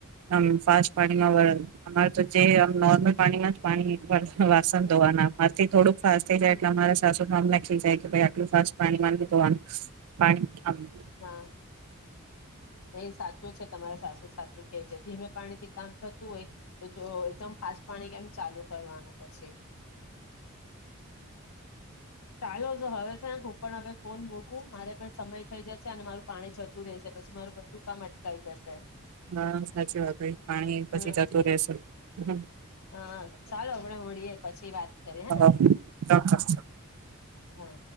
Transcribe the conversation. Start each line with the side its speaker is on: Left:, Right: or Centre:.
Right: આમ ફાસ્ટ પાણીમાં અમારે તો જે આમ નોર્મલ પાણીમાં જ પાણી વાસણ ધોવાના અમાંથી થોડુંક. ફાસ્ટ થઈ જાય
Left: હમ
Right: એટલે મારે સાસુ અમને ખિજાય કે આટલું ફાસ્ટ પાણી મા નહીં ધોવા નુ. પાણી
Left: હા એ સાચું છે. તમારે સાસું સાચું કે છે. ધીમે પાણી થી કામ થતું હોય તો જો એકદમ ફાસ્ટ પાણી કેમ ચાલુ કરવાનું પછી. ચાલો તો હવે છે. હું પણ હવે ફોન મૂકું મારે પણ સમય થઈ જશે અને મારું પાણી જતું રહેેશે પછી મારું બધું કામ અટકાય જશે.
Right: હા. સાચી વાત ભાઈ પાણી
Left: હમ
Right: પછી જતું રહેશે હુ
Left: હા, ચાલો આપડે. મળીએ પછી વાત કરીએ હેને
Right: હા, ચોક્કસ
Left: હા.